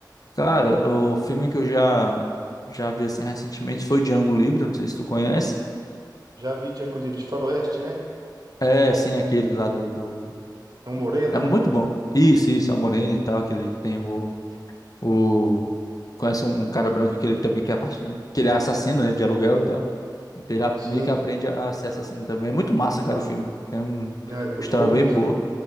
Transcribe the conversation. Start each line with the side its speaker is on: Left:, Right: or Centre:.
Left: cara, o filme que eu já, já vi, assim, recentemente foi Django Livre, eu não sei se tu conhece.
Right: Já vi Django Livre de Faroeste, né?
Left: É, assim, aquele lá do, do...
Right: É um moreno,
Left: É muito
Right: né?
Left: bom. Isso, isso, é o Moreno e tal, que ele tem o... O... Conhece um, um cara branco que ele também quer a parte de- que ele é assassino, né, de aluguel e tal. Então ele a-
Right: Sim.
Left: meio que aprende a, a ser assassino também. É muito massa, cara, o filme. Tem um
Right: É é muito
Left: história
Right: bom
Left: bem
Right: mesmo.
Left: boa,